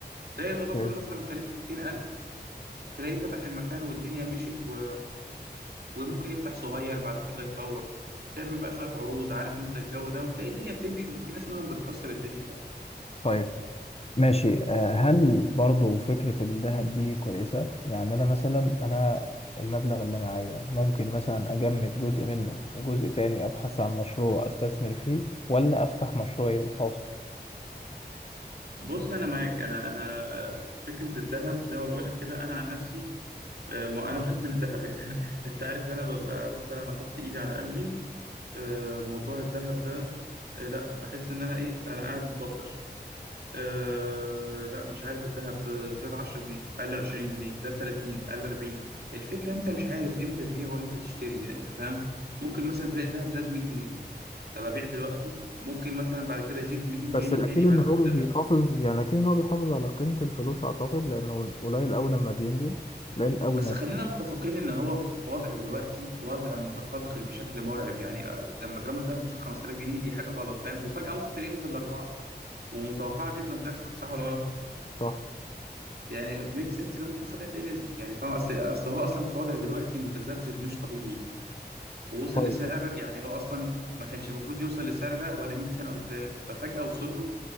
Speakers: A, on the right; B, on the left.
A: تلاقي الموضوع
B: اوكي
A: كله مثلا ما اتكلفش 200000 تلاقيه فتح المكان والدنيا مشيت و... وممكن يفتح صغير بعد كده يطور تعمل بقى شوية عروض عارف انت الجو ده وتلاقي الدنيا بتمشي وفي ناس منهم بتكسر الدنيا كمان
B: طيب ماشي آه، هل برضو فكرة الذهب دي كويسة يعني انا مثلا انا المبلغ اللي معايا ممكن مثلا اجمد جزء منه وجزء تاني ابحث عن مشروع استثمر فيه ولا افتح مشروعي الخاص
A: بص انا معاك انا انا آه، فكره الذهب زي ما بقول لك كده انا عن نفسي آه، ما انا بخاف من الذهب يعني <laughs> انت عارف انا ببقى مثلا احط ايدي على قلبي آه، موضوع الذهب ده آه، لا بحس ان انا ايه انا قاعد متوتر آه، لا مش عارف الذهب زاد 10 جنيه قل 20 جنيه زاد 30 قل 40 الفكره انت مش عارف امتى تبيع وامتى تشتري يعني انت فاهم ممكن مثلا تلاقي الذهب زاد 100 جنيه طب ابيع دلوقتي ممكن مثلا بعد كده يزيد 200
B: بس
A: جنيه
B: الأكيد
A: تاني
B: إن
A: بعد
B: هو
A: ما انت
B: بيحافظ يعني أكيد إن هو بيحافظ على قيمة الفلوس أعتقد لأنه قليل أوي لما بينزل قليل أوي
A: بس
B: نازل
A: خلينا متفقين ان هو في وضع دلوقتي وضع متقلقل بشكل مرعب يعني آه، لما جرام الدهب وصل 5000 جنيه دي حاجه غلط فاهم وفجاه ممكن تلاقيه نزل لاربعه ومتوقعه جدا تحصل صح ولا غلط
B: صح
A: يعني ميك سنس ان ممكن فجاه تلاقيه نزل يعني فاهم اصل اصل هو اصلا في وضع دلوقتي متذبذب مش طبيعي ووصل
B: طيب
A: لسعر يعني هو اصلا ما كانش المفروض يوصل للسعر ده ولا 100 سنه قدام ففجاه وصل له